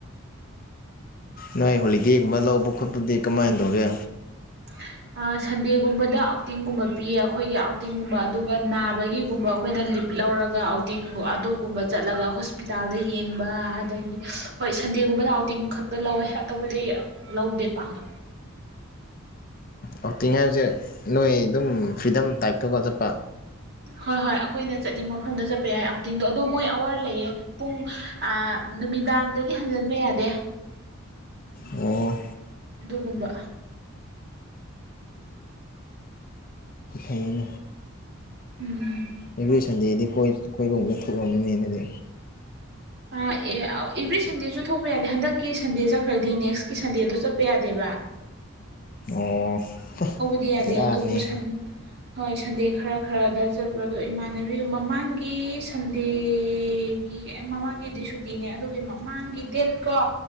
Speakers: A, on the left; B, on the right.
A: ꯅꯣꯏ ꯍꯣꯂꯤꯗꯦꯒꯨꯝꯕ ꯂꯧꯕ ꯈꯣꯠꯄꯗꯤ ꯀꯃꯥꯏꯅ ꯇꯧꯒꯦ
B: <unintelligible> ꯑ ꯁꯟꯗꯦꯒꯨꯝꯕꯗ ꯑꯥꯎꯇꯤꯡꯒꯨꯝꯕ ꯄꯤꯌꯦ ꯑꯩꯈꯣꯏꯒꯤ ꯑꯥꯎꯇꯤꯡꯒꯨꯝꯕ ꯑꯗꯨꯒ ꯅꯥꯕꯒꯤꯒꯨꯝꯕ ꯑꯩꯈꯣꯏꯅ ꯂꯤꯞ ꯂꯧꯔꯒ ꯑꯥꯎꯇꯤꯡ ꯑꯗꯨꯒꯨꯝꯕ ꯆꯠꯂꯒ ꯍꯣꯁꯄꯤꯇꯥꯜꯗ ꯌꯦꯡꯕ ꯑꯗꯒꯤ ꯍꯣꯏ ꯁꯟꯗꯦꯒꯨꯝꯕꯗ ꯑꯥꯎꯇꯤꯡ ꯈꯛꯇ ꯂꯧꯋꯦ ꯑꯇꯣꯞꯕꯨꯗꯤ ꯂꯧꯗꯦ ꯄꯥꯛꯅ
A: ꯑꯥꯎꯇꯤꯡ ꯍꯥꯏꯕꯁꯦ ꯅꯣꯏ ꯑꯗꯨꯝ ꯐ꯭ꯔꯤꯗꯝ ꯇꯥꯏꯞꯇꯒꯣ ꯆꯠꯄ
B: ꯍꯣꯏ ꯍꯣꯏ ꯑꯩꯈꯣꯏꯅ ꯆꯠꯅꯤꯡꯕ ꯃꯐꯝꯗ ꯆꯠꯄ ꯌꯥꯏ ꯑꯥꯎꯇꯤꯡꯗꯣ ꯑꯗꯣ ꯃꯣꯏ ꯑꯋꯥꯔ ꯂꯩꯌꯦ ꯄꯨꯡ ꯑ ꯅꯨꯃꯤꯗꯥꯡꯗꯗꯤ ꯍꯟꯖꯟꯕ ꯌꯥꯗꯦ
A: ꯑꯣ
B: ꯑꯗꯨꯒꯨꯝꯕ
A: ꯏꯩ
B: ꯎꯝ
A: ꯑꯦꯕ꯭ꯔꯣꯏꯁꯟꯗꯦꯗꯤ ꯀꯣꯏ ꯀꯣꯢꯕꯝꯗ ꯊꯣꯛꯑꯃꯅꯤꯅꯗꯤ
B: ꯑ ꯑꯦꯕ꯭ꯔꯤ ꯁꯟꯗꯦꯁꯨ ꯊꯣꯛꯄ ꯌꯥꯗꯦ ꯍꯟꯗꯛꯀꯤ ꯁꯟꯗꯦ ꯆꯠꯈ꯭ꯔꯗꯤ ꯅꯦꯛꯁꯀꯤ ꯁꯟꯗꯦꯗ ꯆꯠꯄ ꯌꯥꯗꯦꯕ ꯍ
A: ꯑꯣ
B: ꯗꯤ ꯌꯥꯗꯦ
A: ꯕꯦꯔꯥꯅꯤ
B: ꯑꯗꯨꯕꯨ ꯁꯟ ꯍꯣꯏ ꯁꯟꯗꯦ ꯈꯔ ꯈꯔꯗ ꯆꯠꯄꯣ ꯑꯗꯣ ꯏꯃꯥꯟꯅꯕꯤꯒ ꯃꯃꯥꯡꯒꯤ ꯁꯟꯗꯦꯒꯤ ꯃꯃꯥꯡꯒꯤꯗꯤ ꯁꯨꯇꯤꯅꯦ ꯑꯗꯨꯒꯤ ꯃꯃꯥꯡꯒꯤ ꯗꯦꯠ ꯀꯣ